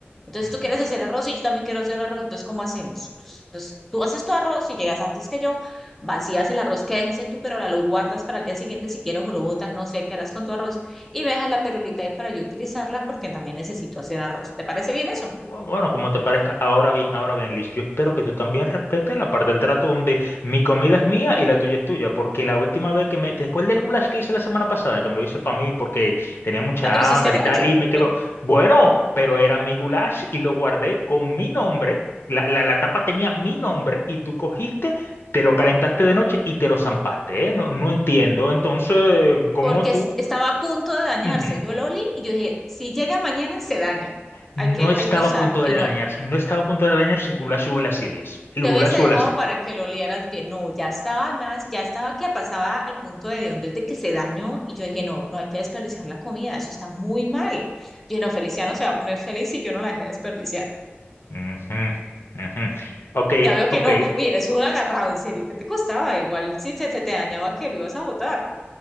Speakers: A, in the centre; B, on the left.
A: Entonces
B: Ujú.
A: tú quieres hacer arroz y yo también quiero hacer arroz, entonces ¿cómo hacemos? Entonces tú haces tu arroz y llegas antes que yo vacías el arroz que dejes en tu perola, lo guardas para el día siguiente si quieres o lo botas, no sé qué harás con tu arroz y me dejas la perolita ahí para yo utilizarla porque también necesito hacer arroz. ¿Te parece bien eso?
B: Bu- Bueno, como te parezca, ahora bien, ahora bien, Liz, yo espero que tú también respetes la parte del trato donde mi comida es mía y la tuya es tuya, porque la última vez que me, después del goulash que hice la semana pasada, que me lo hice para mí porque tenía mucha
A: Ay, pero hiciste
B: hambre
A: mucho,
B: y tal, y me quedó,
A: pero-
B: bueno, pero era mi goulash y lo guardé con mi nombre, la, la, la tapa tenía mi nombre y tú cogiste, te lo calentaste de noche y te lo zampaste, ¿eh? No, no entiendo, entonces, ¿cómo
A: porque
B: tú?
A: es- estaba a punto de dañarse.
B: Ujú.
A: Yo lo olí y yo dije, si llega mañana se daña,
B: No
A: hay que,
B: estaba
A: hay que usarlo
B: a punto
A: y
B: de dañarse,
A: no.
B: no estaba a punto de dañarse el Gulasio o el Asilis. El
A: Te
B: Gulasio
A: hubiese dejado
B: o el Asilis.
A: para que lo olieras bien. No, ya estaba más, ya estaba que pasaba al punto de donde de que se dañó y yo dije, no, no hay que desperdiciar la comida, eso está muy mal. Yo dije, no, Feliciano se va a poner feliz si yo no la dejé desperdiciar.
B: Ujú, ujú. Ok,
A: Ya veo
B: ok.
A: que no. Oye, eres un agarrado, en serio, ¿qué te costaba? Igual si se, se te dañaba que lo ibas a botar.